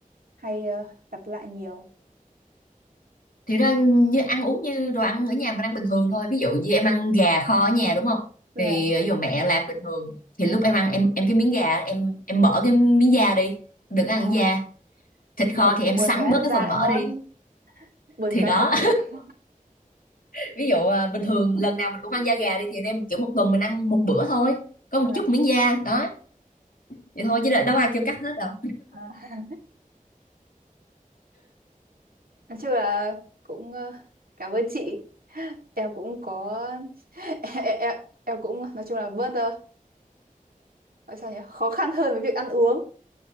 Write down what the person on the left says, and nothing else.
thì ra như ăn uống như đồ ăn ở nhà mình ăn bình thường thôi ví dụ như em ăn gà kho ở nhà đúng không
thì
ví dụ mẹ làm bình thường thì lúc em ăn em em cái miếng gà em em mở cái miếng da đi đừng
ăn da thịt
kho thì em
sắn
bớt
cái
phần
mỡ
đi
thì
đó
<laughs> ví dụ à, bình thường lần nào mình cũng ăn da gà đi thì anh em kiểu một tuần mình ăn một bữa thôi có một
chút miếng da đó vậy thôi chứ đợi- đâu ai kêu cắt hết đâu